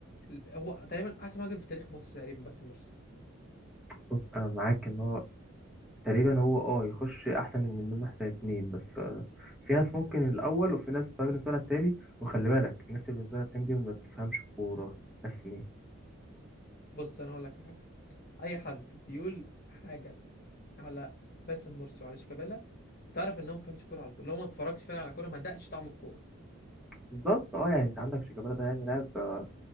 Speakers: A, on the left (about 45°); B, in the centre.
A: هو تقريبا احسن مهاجم في تاريخ مصر تقريبا باسم مرسي
B: بص انا معاك ان هو تقريبا هو اه يخش احسن من منه احسن اتنين بس آه، في ناس ممكن الاول وفي ناس بقى بالنسبه لها التاني وخلي بالك الناس اللي بالنسبه لها التاني دي ما بتفهمش كوره ناس مين
A: بص انا هقول لك على حاجه اي حد بيقول حاجه على باسم مرسي وعلى شيكابالا تعرف ان هو ما بيفهمش كوره على طول لو ما اتفرجش فعلا على كوره ما دقش طعم الكوره
B: بالظبط اه يعني انت عندك شيكابالا ده يعني لاعب آه،